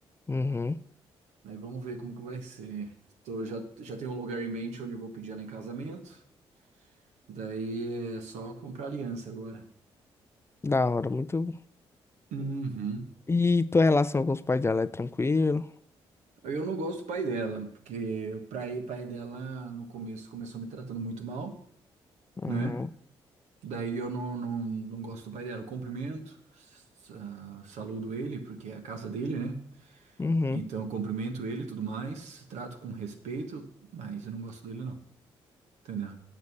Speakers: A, on the left (about 20°); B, on the right (about 80°).
A: Uhum.
B: Aí vamos ver como que vai ser. Tô, já, já tenho um lugar em mente onde eu vou pedir ela em casamento. Daí é só comprar aliança agora.
A: Da hora, muito.
B: Uhum.
A: E tua relação com os pais dela é tranquilo?
B: Eu não gosto do pai dela, porque o pai, pai dela no começo começou me tratando muito mal,
A: Uhum.
B: né? Daí eu não, não, não gosto do pai dela. Eu Cumprimento, sa- saludo ele, porque é a casa dele, né?
A: Uhum.
B: Então eu cumprimento ele e tudo mais, trato com respeito, mas eu não gosto dele, não. Entendeu?